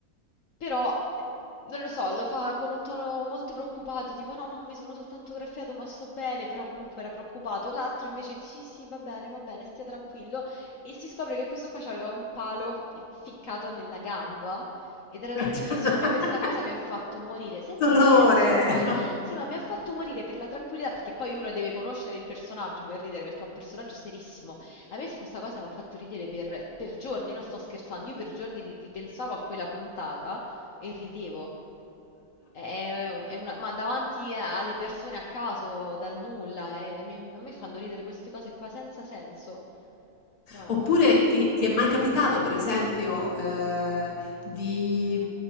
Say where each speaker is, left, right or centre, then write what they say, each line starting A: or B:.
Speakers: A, on the left (about 60°); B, on the left (about 80°).
A: però, eh, non lo so, lo fa con un tono molto preoccupato, tipo no, no, mi sono soltanto graffiato, ma sto bene, però comunque era preoccupato. L'altro invece, sì, sì, va bene, va bene, stia tranquillo. E si scopre che questo qua aveva un palo eh, ficcato nella gamba ed era
B: <laughs>
A: tranquillissimo. A me questa cosa mi ha fatto morire, senza
B: Dolore.
A: senso poi. Sì, ma mi ha fatto morire per la tranquillità, perché poi uno deve conoscere il personaggio per ridere, perché è un personaggio serissimo. A me su questa cosa mi ha fatto ridere per, per giorni, non sto scherzando, io per giorni ri- ripensavo a quella puntata. E ridevo. È- è una- ma davanti a- alle persone a caso, dal nulla. e mi- a me fanno ridere queste cose qua senza senso. Però...
B: Oppure ti, ti è mai capitato, per esempio, eh, di,